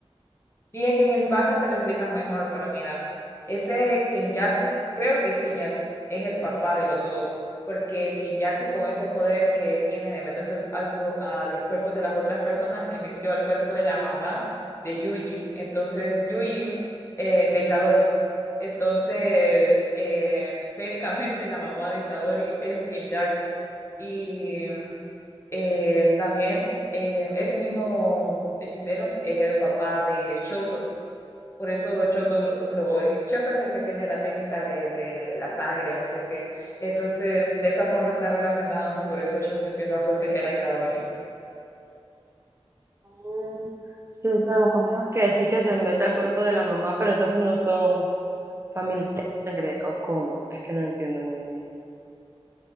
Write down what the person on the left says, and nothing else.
Y es que en el manga te lo explican mejor, pero mira, ese Kenyaku, creo que Kenyaku es el papá de los dos, porque Kenyaku con ese poder que tiene de meterse al, al po- a los cuerpos de las otras personas, se metió al cuerpo de la mamá de Yuji. Entonces, Yuji, eh, de Itadori. Entonces, eh, técnicamente la mamá de Itadori es Kenyaku. Y eh, también eh, ese mismo hechicero es el papá de Shoso. Por eso Chozo, lo, lo- Chozo es el que tiene la técnica de, de la sangre o no sé qué. Entonces, de esa forma están relacionados y por eso Chozo empieza a proteger a Itadori.